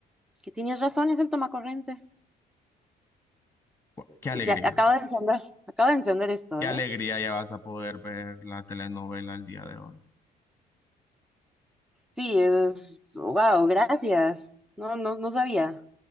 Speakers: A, in the centre; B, on the left (about 15°).
A: que tienes razón, es el tomacorriente.
B: Gua- Qué alegría,
A: Y Ya, acabo de encender, acabo de encender esto,
B: qué
A: ¿eh?
B: alegría ya vas a poder ver la telenovela el día de hoy.
A: Sí, es... Wow, gracias. No, no, no sabía.